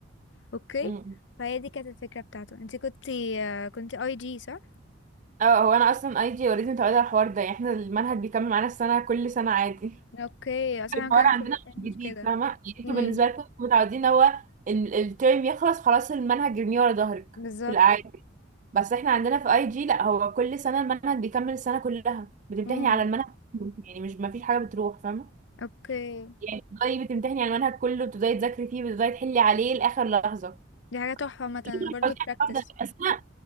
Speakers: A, on the left; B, on the right.
A: اوكي
B: -م.
A: فهي دي كانت الفكره بتاعته انت كنت آه، كنت اي جي صح
B: اه هو انا اصلا اي جي اوريدي متعوده على الحوار ده يعني احنا المنهج بيكمل معانا السنه كل سنه عادي
A: اوكي اصلا
B: الحوار
A: كان
B: عندنا
A: في الفرنش
B: مش جديد
A: كده
B: فاهمه يعني انتوا
A: امم
B: بالنسبه لكم انتوا متعودين هو ال- الترم يخلص خلاص المنهج يرميه ورا ظهرك
A: بالظبط
B: في العادي بس احنا عندنا في اي جي لا هو كل سنه المنهج بيكمل السنه كلها بتمتحني
A: امم
B: على المنهج كله، يعني مش ما فيش حاجه بتروح فاهمه
A: اوكي
B: يعني بتبدأي بتمتحني على المنهج كله بتبدأي تذاكري فيه بتبدأي تحلي عليه لاخر لحظه
A: دي حاجه تحفه مثلا
B: <laughs>
A: برضو
B: قلت لك
A: براكتس
B: الحوار ده. بس انا